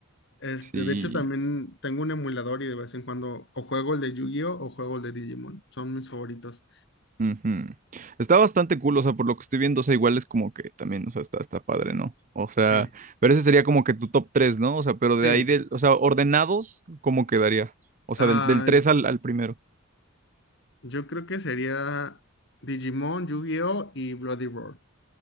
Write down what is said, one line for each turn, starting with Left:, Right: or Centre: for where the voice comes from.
Left: Este,
Right: Sí.
Left: de hecho también tengo un emulador y de vez en cuando o juego el de Yu-Gi-Oh o juego el de Digimon. Son mis favoritos.
Right: ujú. Está bastante cool, o sea, por lo que estoy viendo, o sea, igual es como que también, o sea, está, está padre, ¿no? O sea,
Left: Sí.
Right: pero ese sería como que tu top tres ¿no? O sea, pero de
Left: Sí.
Right: ahí, del, o sea, ordenados, ¿cómo quedaría? O sea,
Left: Ah,
Right: del, del 3 al, al primero.
Left: yo creo que sería Digimon, Yu-Gi-Oh y Bloody Roar.